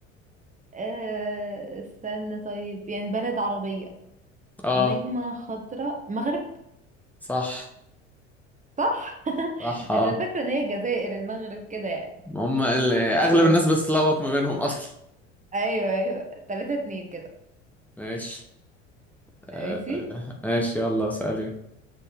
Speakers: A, on the right (about 20°); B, in the centre.
A: آه استنى طيب يعني بلد عربية
B: اه
A: نجمة خضراء مغرب
B: صح
A: صح <laughs>
B: صح اه
A: انا فاكره ان هي الجزائر المغرب كده يعني
B: هم ال- اغلب
A: خلاص
B: الناس بتتلخبط ما بينهم اصلا
A: ايوه ايوه تلاتة اتنين كده
B: ماشي آه
A: ماشي
B: ماشي يلا اسألي